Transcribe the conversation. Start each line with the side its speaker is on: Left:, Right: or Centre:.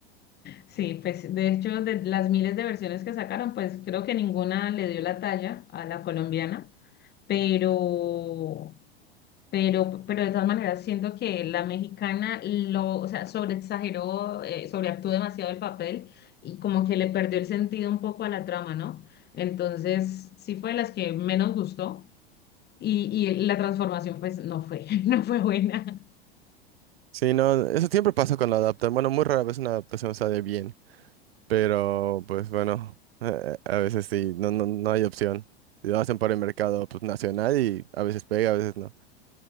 Left: Sí, pues de hecho, de las miles de versiones que sacaron, pues creo que ninguna le dio la talla a la colombiana, pero, pero, pero de todas maneras siento que la mexicana lo, o sea, sobreexageró, eh, sobreactuó demasiado el papel y como que le perdió el sentido un poco a la trama, ¿no? Entonces, sí fue de las que menos gustó y, y la transformación pues no fue, <laughs> no fue buena.
Right: Sí, no, eso siempre pasa cuando adaptan. Bueno, muy rara vez una adaptación sale bien, pero pues bueno, <laughs> eh, a veces sí, no, no, no hay opción. Si Lo hacen para el mercado pues, nacional y a veces pega, a veces no.